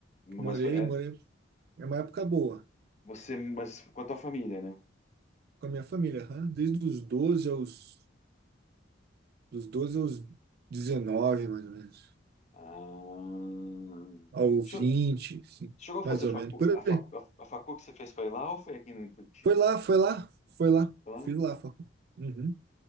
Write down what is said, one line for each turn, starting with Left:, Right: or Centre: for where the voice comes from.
Left: Mas
Right: Morei,
Left: foi é,
Right: morei. É uma época boa.
Left: você, mas com a tua família, né?
Right: Com a minha família, aham. Desde os 12 aos, dos 12 aos 19 mais ou menos.
Left: Ah,
Right: Ao
Left: Che-
Right: 20, sim,
Left: chegou a
Right: mais
Left: fazer
Right: ou
Left: facu...
Right: menos, por
Left: A,
Right: aí.
Left: facu... a a facu que você fez foi lá ou foi aqui em Curitiba?
Right: Foi lá, foi lá, foi lá.
Left: Foi Lá?
Right: Fiz lá, Facul. Uhum.